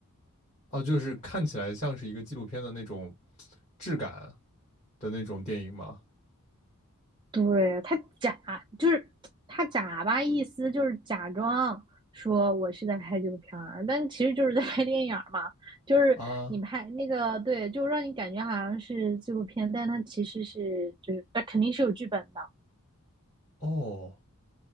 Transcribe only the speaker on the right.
对，他假就是他假吧，意思就是假装说我是在拍纪录片儿，但其实就是在拍电影儿嘛。就是你拍那个对，
就让你感觉好像是纪录片，但它其实是就是它肯定是有剧本的。